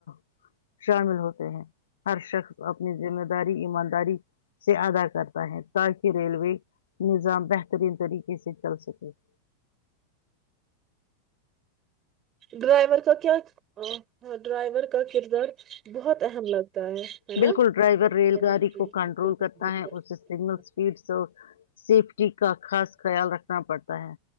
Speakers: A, on the left; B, on the right.
A: <unintelligible> شامل ہوتے ہیں ہر شخص <unintelligible> ذمہ داری ایمان <unintelligible> اری سے ادا کرتا ہے تاکہ ریلوے نظام بہترین طریقے سے چل سکے <inaudible>
B: ڈرائیور کا کیا ہاں ڈرائیور کا کردار <unintelligible> اہم لگتا ہے ہے نا
A: بالکل ڈرائیور ریل گاڑی کو کنٹرول کرتا ہے اسے سگنل اسپیڈس اور سیفٹی کا خاص خیال رکھنا پڑتا <unintelligible> ہے